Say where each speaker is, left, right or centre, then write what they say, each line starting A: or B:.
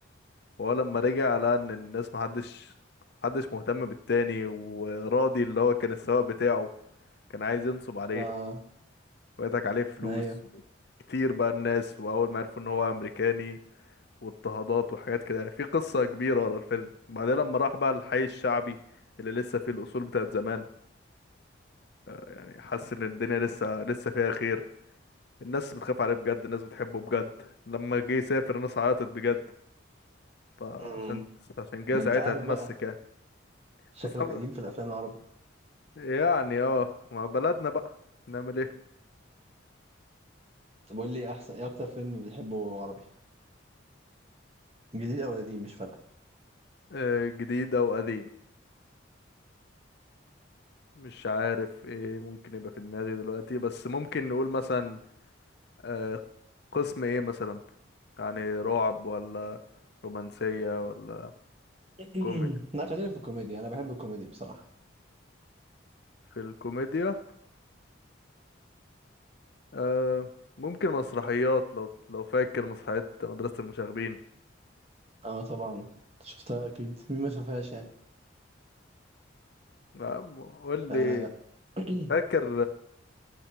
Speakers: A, on the left; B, on the right.
A: وهو لما رجع لقى ان الناس محدش محدش مهتم بالتاني وراضي اللي هو كان السواق بتاعه كان عايز ينصب عليه
B: اه
A: ويضحك عليه فلوس
B: ايوه
A: كتير بقى الناس واول ما عرفوا ان هو امريكاني واضطهادات وحاجات كده يعني في قصة كبيرة ورا الفيلم بعدين لما راح بقى الحي الشعبي اللي لسه فيه الاصول بتاعت زمان يعني حس ان الدنيا لسه لسه فيها خير الناس بتخاف عليه بجد الناس بتحبه بجد لما جه يسافر الناس عيطت بجد فعشان
B: امم
A: عشان جه
B: ده
A: ساعتها
B: انت عارف
A: اتمسك
B: بقى
A: يعني
B: شكلك
A: بس أنا
B: قديم في الافلام العربي
A: يعني اه مع بلدنا بقى نعمل ايه
B: طب قول لي احسن ايه اكتر فيلم بتحبه عربي جديد او قديم مش فارقه
A: آه، جديد او قديم مش عارف ايه ممكن يبقى في دماغي دلوقتي بس ممكن نقول مثلا آه، قسم ايه مثلا يعني رعب ولا رومانسية ولا
B: <clears throat>
A: كومي
B: لا خلينا في الكوميديا انا بحب الكوميديا بصراحه
A: في الكوميديا آه، ممكن مسرحيات لو لو فاكر مسرحية مدرسة المشاغبين
B: اه طبعا شفتها اكيد مين ما شافهاش يعني
A: لا، م- قول لي
B: آه <clears throat>
A: فاكر